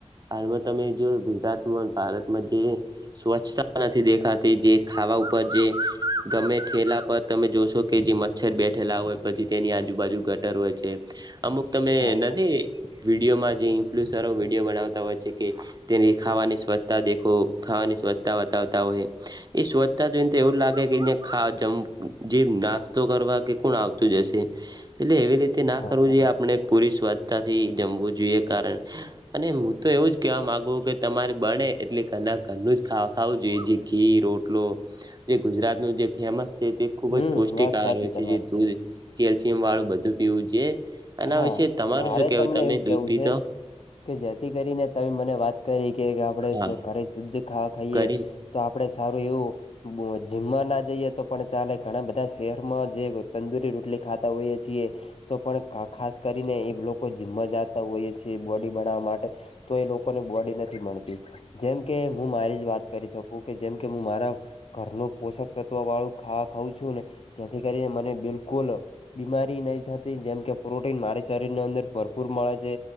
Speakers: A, on the right; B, on the left.
A: હાલમાં તમે જો ગુજરાત મા ભારતમાં જે સ્વચ્છતા નથી દેખાતી જે ખાવા ઉપર જે ગમે ઠેલા પર તમે જોશો કે જે મચ્છર બેઠેલા હોય પછી તેની આજુબાજુ ગ ગટર હોય છે અમુક તમે
B: હા
A: નથી
B: હા
A: વિડીયોમાં જે ઇન્ફ્લુસરો વિડીયો બનાવતા હોય છે કે તેની ખાવાની સ્વચ્છતા દેખો ખાવાની સ્વચ્છતા બતાવતા હોય. એ સ્વચ્છતા જોઈને તો એવું લાગે કે અહીંયા ખા જમ જે નાસ્તો કરવા કે કોણ આવતું જ હશે. એટલે એવી રીતે ના
B: હા
A: કરવું
B: હા
A: જોઈએ આપણે પૂરી સ્વચ્છતા થી જમવું જોઈએ કારણ અને હું તો એવું જ કેહેવા માગુ કે તમારે બને એટલે ઘરના ઘરનું જ ખાવું જોઈએ જે ઘી રોટ <unintelligible> જે ગુજરાતનું જે ફેમસ છે તે ખુબ
B: હમ
A: જ પૌષ્ટિક
B: વાત
A: આહાર
B: સાચી
A: હોય છે
B: તમારી
A: જે દૂધ
B: કેવી
A: કેલ્શિયમ વાળું બધું પીવું જોઈએ એના
B: હા
A: વિશે તમારે
B: મારે
A: શું કેવું
B: તમને
A: તમે
B: એવું
A: દૂધ
B: કેવું
A: પીધો.
B: છે કે જેથી કરીને તમે મને વાત કરી કે આપણેે
A: હા
B: <unintelligible> શુદ્ધ ખાવા ખાઈએ
A: કરીને
B: તો આપણેે સારું એવું જીમમાં ના જઈએ તો પણ ચાલે ઘણા બધા શહેરમાં જે તંદુરી રોટલી ખાતા હોઈએ છીએ તો પણ ખાસ કરીને એ લોકો જીમમાં જાત તા હોઈએ છીએ બોડી બનાવા માટે તો એ લોકોને બોડી નથી મળતી. જેમ કે હું મારી જ વાત કરી શકું કે જેમકે હું મારા ઘરનું પોષક તત્વ વાળું ખાવા ખાઉં છું ને જેથી કરીને મને બિલકુલ બીમારી નહી થતી જેમ કે પ્રોટીન મારી શરીર ની અંદર ભરપૂર મળે છે.